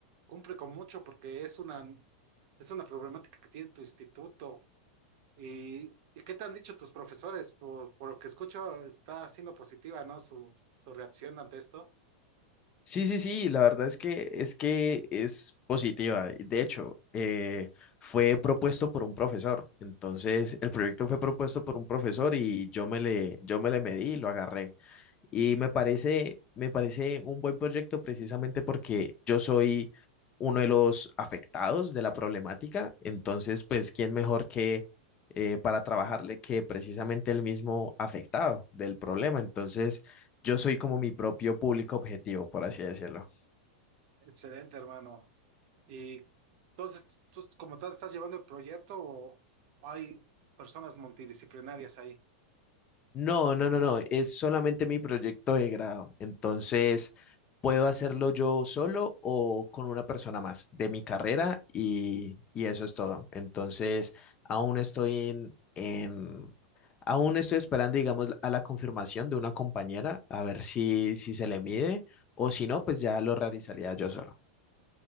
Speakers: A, on the right (about 50°); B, on the left (about 25°).
A: cumple con mucho porque es una, es una problemática que tiene tu instituto. ¿Y, y qué te han dicho tus profesores? Por, por lo que escucho, está siendo positiva, ¿no? Su, su reacción ante esto.
B: Sí, sí, sí, la verdad es que es que es positiva. De hecho, eh, fue propuesto por un profesor. Entonces, el proyecto fue propuesto por un profesor y yo me le, yo me le medí y lo agarré. Y me parece, me parece un buen proyecto precisamente porque yo soy uno de los afectados de la problemática. Entonces, pues, ¿quién mejor que eh, para trabajarle que precisamente el mismo afectado del problema? Entonces, yo soy como mi propio público objetivo, por así decirlo.
A: Excelente, hermano. Y entonces, ¿tú como tal estás llevando el proyecto o hay personas multidisciplinarias ahí?
B: No, no, no, no, es solamente mi proyecto de grado. Entonces, puedo hacerlo yo solo o con una persona más de mi carrera y, y eso es todo. Entonces, aún estoy en, en- aún estoy esperando, digamos, a la confirmación de una compañera, a ver si, si se le mide o si no, pues ya lo realizaría yo solo.